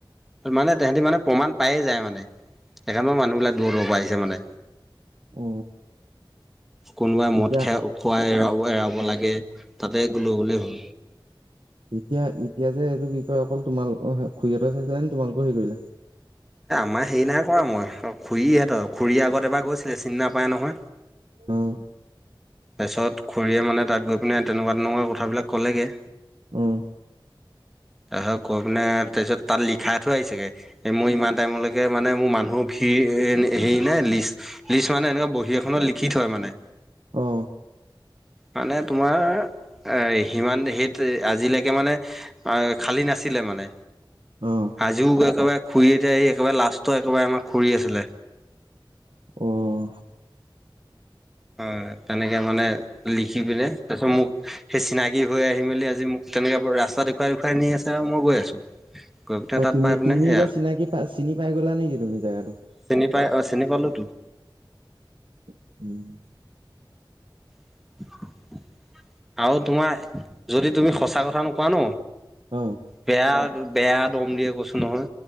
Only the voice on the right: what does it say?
অ,
এতিয়া
এতিয়া এতিয়া যে এইটো কি কয় অকল তোমালোকৰ খুুৰীহতে চাইছিলা নে তোমালোকৰ হেৰি কৰিলে?
অঁ,
উম'
অ
অ
অঁ
অঁ
তুমি
তুমি
এতিয়া চিনাকি প চিনি পাই গলা নেকি তুমি জোগাটো।
<inaudible>
অ